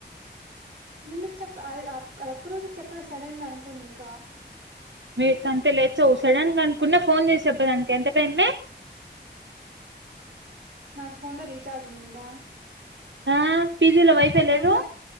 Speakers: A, on the right; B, on the right.
A: ఎందుకు చెప్ప అ అది ఒక్క రోజు చెప్పలే సడన్ గా అనుకోని ఇంకా
B: మీరు తంత లేచ సడన్ గా అనుకున్నా ఫోన్ చేసి చెప్పడానికి ఎంత టైంమే
A: నాకు ఫోన్ లో రీఛార్జ్ ఉన్నిందా
B: ఆ పీజీలో వైఫై లేదు
A: రూమ్ లో